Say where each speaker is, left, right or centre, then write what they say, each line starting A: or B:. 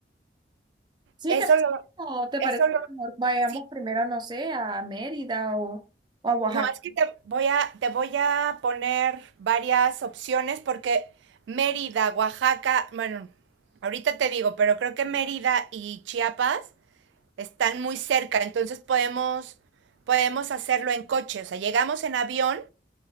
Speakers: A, on the right; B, on the right.
A: Sí,
B: eso
A: ¿te parece,
B: lo,
A: o te
B: eso
A: parece
B: lo,
A: que mejor vayamos
B: sí.
A: primero, no sé, a Mérida o, o a Oaxaca?
B: No, es que te voy a, te voy a poner varias opciones porque Mérida, Oaxaca, bueno, ahorita te digo, pero creo que Mérida y Chiapas están muy cerca, entonces podemos, podemos hacerlo en coche. O sea, llegamos en avión